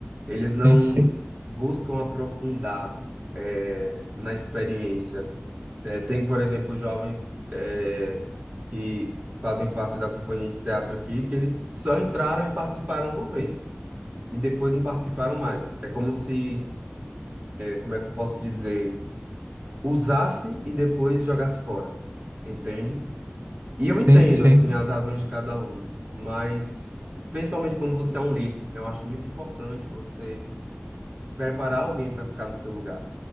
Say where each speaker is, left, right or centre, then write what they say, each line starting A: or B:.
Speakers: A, on the right; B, on the right.
A: Eles não
B: Sim, sim,
A: buscam aprofundar, é, na experiência. É, tem, por exemplo, jovens, é, que fazem parte da companhia de teatro aqui, que eles só entraram e participaram uma vez e depois não participaram mais. É como se como é que eu posso dizer, usasse e depois jogasse fora, entende? E eu entendo,
B: sim, sim.
A: assim, as razões de cada um, mas principalmente quando você é um líder, né, eu acho muito importante você preparar alguém para ficar no seu lugar,